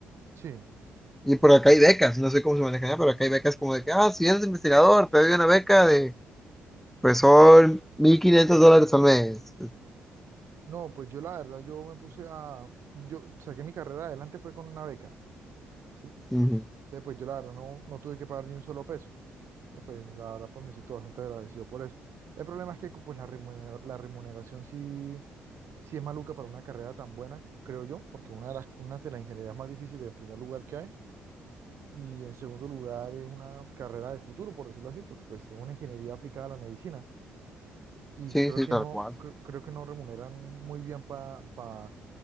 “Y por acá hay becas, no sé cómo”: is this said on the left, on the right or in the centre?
Centre